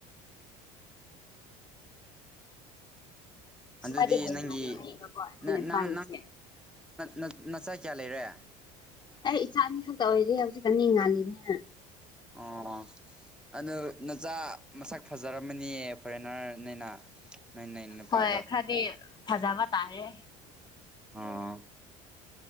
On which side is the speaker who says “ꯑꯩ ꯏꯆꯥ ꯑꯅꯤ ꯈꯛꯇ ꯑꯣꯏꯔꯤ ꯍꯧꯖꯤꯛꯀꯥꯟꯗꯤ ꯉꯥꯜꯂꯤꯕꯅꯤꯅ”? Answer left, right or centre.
Left